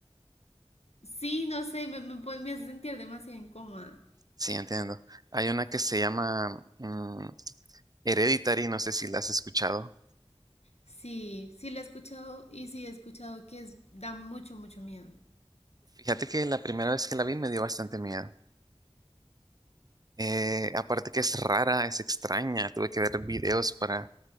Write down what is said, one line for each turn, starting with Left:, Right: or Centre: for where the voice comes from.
Left: Sí, no sé, me, me, pone- me hace sentir demasiado incómoda.
Right: sí, entiendo. Hay una que se llama mm, Hereditary, no sé si la has escuchado.
Left: Sí, sí la he escuchado y sí he escuchado que es, da mucho, mucho miedo.
Right: Fíjate que la primera vez que la vi me dio bastante miedo. Eh, aparte que es rara, es extraña, tuve que ver videos para,